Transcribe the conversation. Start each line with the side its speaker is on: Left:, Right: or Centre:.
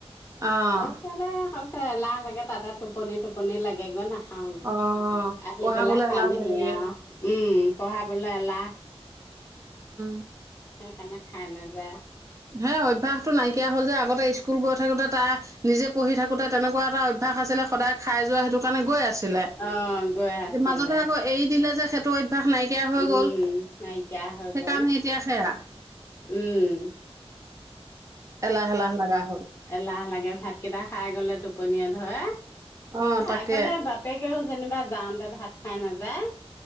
Right: অ',
Left: তাৰপিছতে এলাহ লাগে তাতে টোপনি টোপনি লাগে গৈ না খা
Right: অ',
Left: আহি
Right: পঢ়াবলৈ
Left: পেলাই খামহি
Right: এলাহ লাগে
Left: আৰু উম পঢ়াবলৈ এওলাহ
Right: উ
Left: সেইকাৰণে খাই নাযায়।
Right: হে অভ্য়াসতটো নাইকিয়া হ'ল যে আগতে স্কুল গৈ থাকোতে তাৰ নিজে পঢ়ি থাকোতে তেনেকুৱা এটা অভ্যাস আছিলে সদায় খাই যোৱা সেইটো কাৰণে গৈ আছিল
Left: অ গৈ আছিলে
Right: মাজতে আকৌ এৰি দিলে যে - <unintelligible> অ্যাস নাইকিয়া হৈ
Left: উম
Right: গল
Left: নাইকিয়া হৈ
Right: সেইকাৰণে
Left: গল
Right: এতিয়া সেয়া
Left: উম
Right: এলাহ এলাহ লগা হ'ল
Left: এ লাহ লাগে ভাত কেইটা খাই গলে টোপনিয় ধৰে
Right: অ তাকে
Left: আগতে বাপেকে যেনিবা যাওঁতে ভাত খাই নাযায়।